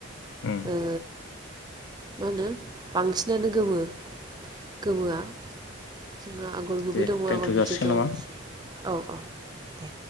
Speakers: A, on the left (about 60°); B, on the right (about 20°).
A: उम
B: ओ मा होनो बांसिनानो गोमो गोमोआ जोंहा आगर गुबै
A: दे
B: दङ
A: दोनथ'
B: आगर गिदिर
A: जासिगोन
B: दं।
A: नामा
B: औ औ दे